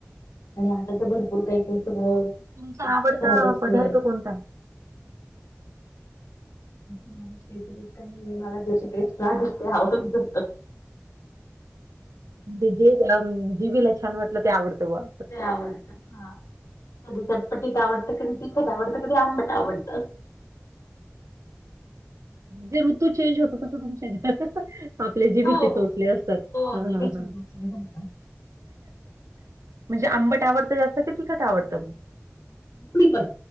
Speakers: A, on the left; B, on the right.
A: आणि आता त भरपूर काही काही सगळं
B: तुमचा आवडता
A: खराबच
B: पदार्थ
A: निघालं
B: कोणताय?
A: मला असं काही नाही, मला ज्याची टेस्ट आवडते ते आवडतं.
B: म्हणजे जे जीभेला छान वाटलं ते आवडतं ब्वा.
A: आवडतं, हां, कधी चटपटीत आवडतं, कधी तिखट आवडतं, कधी आंबट आवडतं.
B: जे ऋतू चेंज होतो तसं तुमच हे आपल्या जीभीचे
A: हो
B: चोचले
A: हो
B: असतात,,
A: हो
B: हा
A: जिभेची
B: हा हा.
A: चव राहता
B: म्हणजे आंबट आवडतं जास्त का तीखट आवडतं मग?
A: मी पण